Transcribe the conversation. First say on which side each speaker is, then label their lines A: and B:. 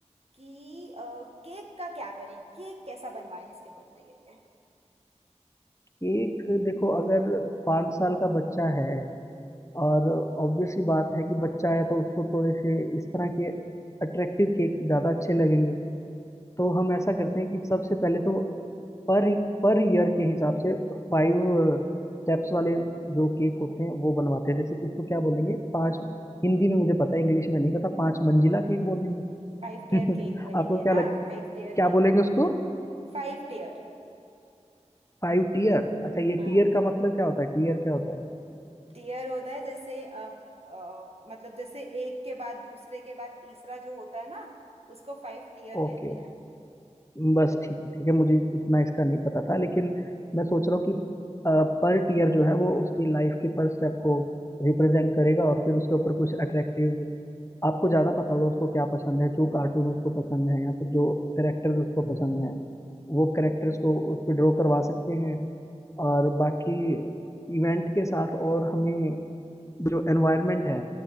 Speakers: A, on the right (about 55°); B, on the left (about 25°).
A: कि अ, केक का क्या करें केक कैसा बनवाएं इसके बर्थडे के लिए
B: केक देखो अगर पाँच साल का बच्चा है और ऑब्वियस सी बात है कि बच्चा है तो उसको थोड़े से इस तरह के अट्रैक्टिव केक ज़्यादा अच्छे लगेंगे तो हम ऐसा करते हैं कि सबसे पहले तो पर पर ईयर के हिसाब से फाइव स्टेप्स वाले जो केक होते हैं वो बनवाते हैं जैसे उसको क्या बोलेंगे पांच हिंदी में मुझे पता है इंग्लिश में नहीं पता पांच मंजिला केक बोलेंगे
A: फाइव टेयर
B: <laughs>
A: केक बोलेंगे
B: आपको
A: ना
B: क्या लग
A: फाइव टेयर
B: क्या
A: केक
B: बोलेंगे
A: बोलेंगे
B: उसको
A: फाइव टेयर
B: Five tier अच्छा ये
A: हाँ
B: टीयर का मतलब क्या होता है टीयर क्या होता है
A: टेयर होता है जैसे अ, अ, मतलब जैसे एक के बाद दूसरे के बाद तीसरा जो होता है ना उसको फाइव टीयर
B: ओके
A: कहते हैं
B: बस ठीक है ठीक है मुझे इतना इसका नहीं पता था लेकिन मैं सोच रहा हूँ कि पर टीयर जो है वो उसकी लाइफ के पर स्टेप को रिप्रेजेंट करेगा और फिर उसके ऊपर कुछ अट्रैक्टिव आपको ज़्यादा पता होगा उसको क्या पसंद है जो कार्टून उसको पसंद है या फिर जो करेक्टर्स उसको पसंद है वो करेक्टर्स को उस पर ड्रॉ करवा सकते हैं और बाकी इवेंट के साथ और हमें जो एनवायरनमेंट है